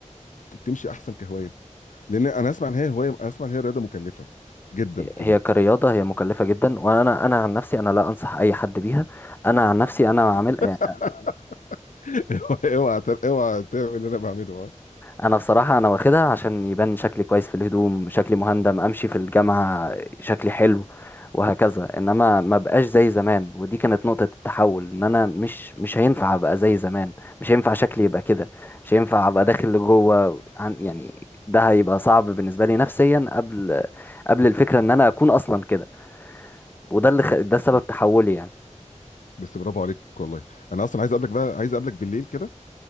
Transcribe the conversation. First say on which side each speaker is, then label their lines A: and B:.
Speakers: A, on the left (about 80°); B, on the left (about 15°).
A: ت- تمشي احسن كهوايه لان انا اسمع ان هي هوايه اسمع ان هي رياضه مكلفه جدا كمان
B: هي كرياضة هي مكلفة جدا وأنا أنا عن نفسي أنا لا أنصح أي حد بيها أنا عن نفسي أنا عامل
A: <laughs> اوعى اوعى تعمل اللي انا بعمله اه
B: انا بصراحه انا واخدها عشان يبان شكلي كويس في الهدوم شكلي مهندم امشي في الجامعه شكلي حلو وهكذا انما ما بقاش زي زمان ودي كانت نقطه التحول ان انا مش مش هينفع ابقى زي زمان مش هينفع شكلي يبقى كده مش هينفع ابقى داخل لجوه عن يعني ده هيبقى صعب بالنسبه لي نفسيا قبل قبل الفكره ان انا اكون اصلا كده وده اللي خ... ده سبب
A: بس
B: تحولي يعني
A: بس برافو عليك والله انا اصلا عايز اقابلك بقى عايز اقابلك بالليل كده